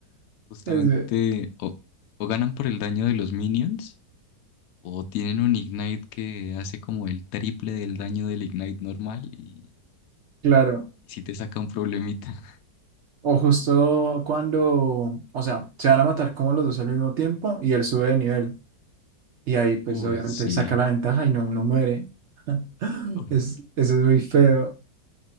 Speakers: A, on the left; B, on the right.
A: Justamente
B: Es- ve-
A: o, o ganan por el daño de los minions o tienen un ignite que hace como el triple del daño del ignite normal y,
B: claro.
A: y sí te saca un problemita.
B: O justo cuando, o sea, se van a matar como los dos al mismo tiempo y él sube de nivel. Y ahí, pues,
A: <laughs> Uy,
B: obviamente
A: sí.
B: saca la ventaja y no, no muere. <laughs>
A: Uy.
B: Es, eso es muy feo.